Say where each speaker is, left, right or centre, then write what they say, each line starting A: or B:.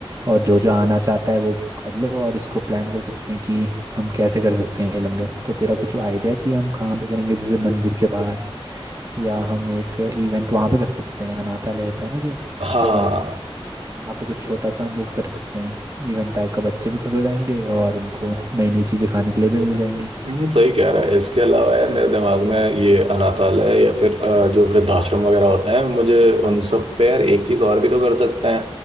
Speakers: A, on the right; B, on the right.
A: और जो जो आना चाहता है वो कर लो और इसको प्लान कर सकते हैं कि हम कैसे कर सकते हैं ये लंगर तो तेरा कुछ आइडिया कि हम कहाँ पे करेंगे जैसे मंदिर के बाहर या हम एक इवेंट वहाँ पे कर सकते हैं अनाथालय होता है ना जो
B: हाँ,
A: बच्चों
B: हाँ।
A: का वहाँ पे कुछ छोटा सा हम वो कर सकते हैं इवेंट टाइप का बच्चे भी खुश हो जाएंगे और उनको नई नई चीज़ें खाने के लिए भी मिल जाएंगी
B: हम्म, सही कह रहा है इसके अलावा यार मेरे दिमाग में ये अनाथालय या फिर अ, जो वृद्धाश्रम वगैरह होते हैं मुझे उन सब पे यार एक चीज और भी तो कर सकते हैं